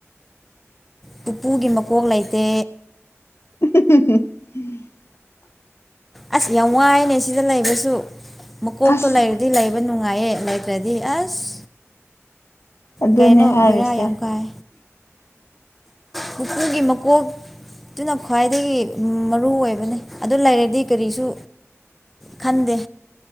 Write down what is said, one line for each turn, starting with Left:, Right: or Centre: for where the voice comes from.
Centre: ꯄꯨꯄꯨꯒꯤ ꯃꯀꯣꯛ ꯂꯩꯇꯦ
Left: <inaudible>
Centre: ꯑꯁ ꯌꯥꯝ ꯋꯥꯏꯅꯦ ꯁꯤꯗ ꯂꯩꯕꯁꯨ ꯃꯀꯣꯛꯇꯣ
Left: ꯑꯁ
Centre: ꯂꯩꯔꯗꯤ ꯂꯩꯕ ꯅꯨꯡ ꯉꯥꯏꯑꯦ ꯂꯩꯇ꯭ꯔꯗꯤ ꯑꯁ
Left: ꯑꯗꯨꯅꯦ
Centre: ꯀꯩꯅꯣ
Left: ꯍꯥꯏꯔꯤꯁꯦ
Centre: ꯕꯦꯔꯥ ꯌꯥꯝ ꯀꯥꯏ
Left: <inaudible>
Centre: ꯄꯨꯄꯨꯒꯤ ꯃꯀꯣꯛ ꯑꯗꯨꯅ ꯈ꯭ꯋꯥꯏꯗꯒꯤ ꯃꯔꯨ ꯑꯣꯏꯕꯅꯤ ꯑꯗꯨ ꯂꯩꯥꯏꯔꯗꯤ ꯀꯔꯤꯁꯨ ꯈꯟꯗꯦ